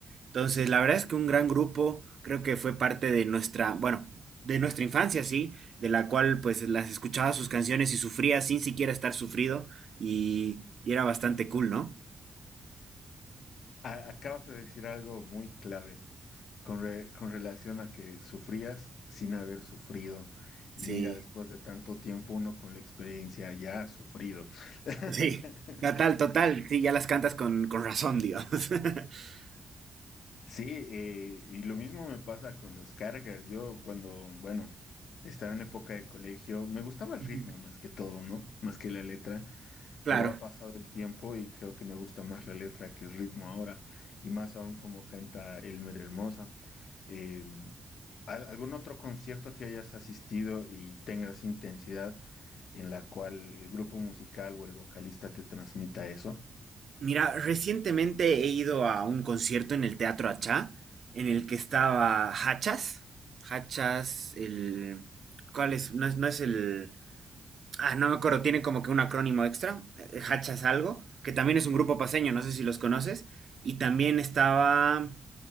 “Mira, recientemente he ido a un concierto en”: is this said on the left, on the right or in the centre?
Right